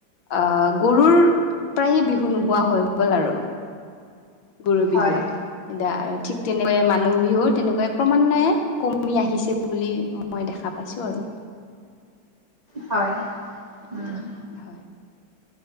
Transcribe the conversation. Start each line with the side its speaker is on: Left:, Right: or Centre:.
Left: আহ গৰুৰ প্ৰায়ে বিহু নোহোৱা হৈ গ'ল আৰু। গৰু বিহু।
Right: হয়
Left: এতিয়া আৰু ঠিক তেনেকয়ে মানুহ বিহু তেনেকুৱৈ ক্ৰমান্বয়ে কমি আহিছে বুলি মই দেখা পাইছোঁ আৰু।
Right: হয়। উম
Left: এতিয়া হয়।